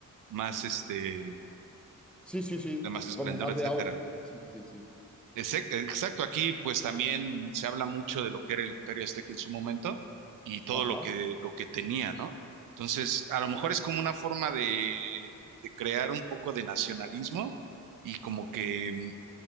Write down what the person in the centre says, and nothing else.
Sí, sí, sí,
como más
de auge. Sí, sí, sí.
Ajá.